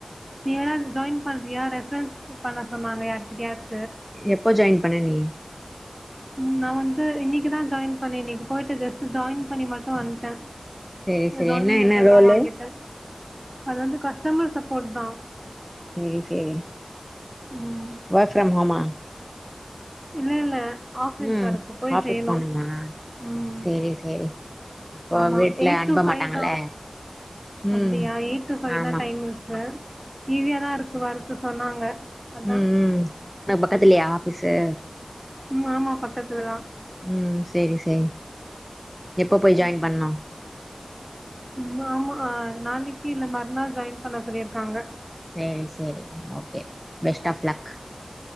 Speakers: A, on the right; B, in the centre.
A: நீ வேணா ஜாயின் பண்றியா ரெஃப்ரன்ஸ் பண்ண சொன்னாங்க யாருகிட்டயாது
B: எப்போ ஜாயின் பண்ண நீ
A: உம் நா வந்து இன்னைக்குதா ஜாயின் பண்ணே இன்னைக்கு போயிட்டு ஜஸ்ட் ஜாயின் பண்ணி மட்டு வந்துட்டே
B: சேரி சேரி
A: ஜாய்னிங்
B: என்ன
A: லெட்டர்லா
B: என்ன ரோலு
A: வாங்கிட்டே அது வந்து கஸ்டமர் சப்போர்ட் தா
B: சேரி சேரி
A: ம்
B: ஒர்க் ஃப்ரம் ஹோமா
A: இல்லே இல்லே ஆபீஸ்
B: ம்
A: ஒர்க் போய்
B: ஆஃபீஸ்
A: செய்யணும்
B: போணுமா
A: உம்
B: சேரி சேரி அப்போ
A: ஆமா
B: வீட்ல
A: எயிட்
B: அனுப்ப
A: டு ஃபைவ்
B: மாட்டாங்கல்ல
A: தா
B: ம்
A: அப்டியா எயிட் டு ஃபைவ்
B: ஆமா
A: தா டைம் இருக்கு ஈஸியாதா இருக்கு வர்க்கு சொன்னாங்க அதா
B: உம் உம் என்ன பக்கத்துலையா ஆபீஸ்ஸு
A: உம் ஆமா பக்கத்துல தா
B: உம் சேரி சேரி எப்ப போய் ஜாயின் பண்ணு
A: உ ஆமா ஆஹ் நாளைக்கு இல்லே மறுநாள் ஜாயின் பண்ண சொல்லியிருக்காங்க
B: சேரி சேரி okay best of luck